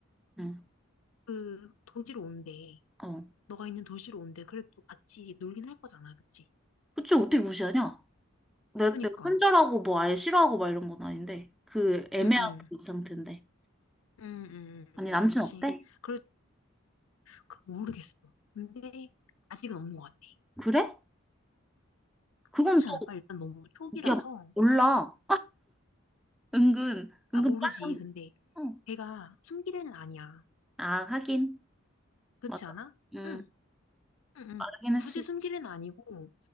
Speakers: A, in the centre; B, on the left.
A: 응.
B: 그 도지로 온대.
A: 어.
B: 너가 있는 도시로 온대. 그래도 같이 놀긴 할 거잖아, 그치?
A: 그치 어떻게 무시하냐? 내가
B: 그니까.
A: 내가 손절하고 뭐 아예 싫어하고 막 이런 건 아닌데 그 애매한
B: 러 응, 응.
A: 그 상태인데
B: 응, 응,
A: 아니 남친
B: 응, 그치.
A: 어때?
B: 그래, 그- 모르겠어. 근데, 아직은 없는 것 같아.
A: 그래? 그건
B: 그렇지 않을까? 일단 너무 초기라서.
A: 또야 몰라 은근
B: 아,
A: 은근
B: 모르지.
A: 빨라
B: 근데,
A: 어.
B: 걔가 숨길 애는 아니야.
A: 아 하긴
B: 그렇지
A: 맞아
B: 않아?
A: 음
B: 응, 응, 응.
A: 빠르긴
B: 굳이
A: 했을
B: 숨길 애는 아니고,